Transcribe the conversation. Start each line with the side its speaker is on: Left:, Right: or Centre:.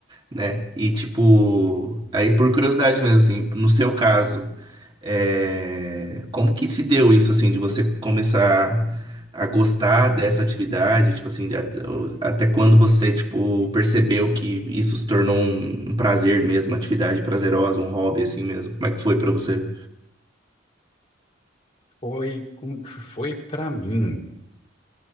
Right: né? E tipo, aí por curiosidade mesmo, assim, no seu caso, é, como que se deu isso, assim, de você começar a gostar dessa atividade, tipo assim, de at- até quando você, tipo, percebeu que isso se tornou um, um prazer mesmo, uma atividade prazerosa, um hobby, assim mesmo? Como é que foi pra você?
Left: Foi com foi para mim.